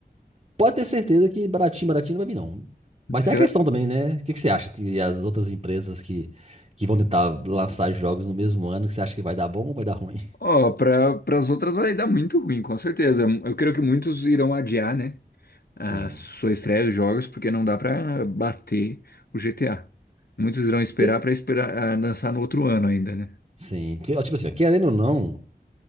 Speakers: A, on the right (about 35°); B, on the left (about 65°).
A: pode ter certeza que baratinho, baratinho não vai vir, não. Mas
B: Você
A: tem a questão
B: vai...
A: também, né? O que que você acha que as outras empresas que, que vão tentar lançar jogos no mesmo ano, que você acha que vai dar bom ou vai dar ruim?
B: Ó, para as outras vai dar muito ruim, com certeza. Eu creio que muitos irão adiar, né?
A: <laughs>
B: a
A: Sim.
B: sua estreia dos jogos, porque não dá pra bater o GTA. Muitos irão esperar
A: Porque,
B: pra esperar ah, lançar no outro ano ainda, né?
A: sim. Porque, ó, tipo assim, ó, querendo ou não,